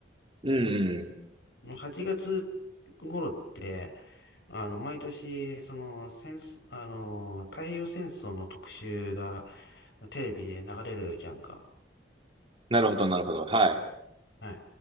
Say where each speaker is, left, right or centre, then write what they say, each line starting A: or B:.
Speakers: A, on the right; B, on the left.
A: うんうん。
B: もう8月頃って、あの、毎年、その、戦争、あの、太平洋戦争の特集がテレビで流れるじゃんか。
A: なるほど、なるほど。はい。
B: は